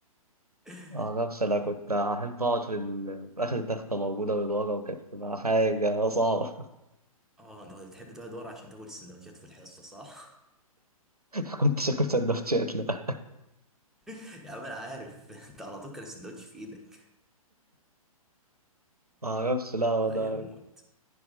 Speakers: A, in the centre; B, on the right.
A: <laughs>
B: آه نفس أنا كنت أحب أقعد في, ال- في آخر تختة موجودة من ورا وكانت بتبقى حاجة صعبة
A: اه انت كنت بتحب تقعد ورا عشان تاكل السندوتشات في الحصة صح؟
B: <laughs> كنت شكلت سندوتشات لا
A: <laughs> يا عم انا عارف <laughs> انت على طول كان السندوتش في ايدك
B: ما اعرفش لا
A: الله
B: انا
A: يموت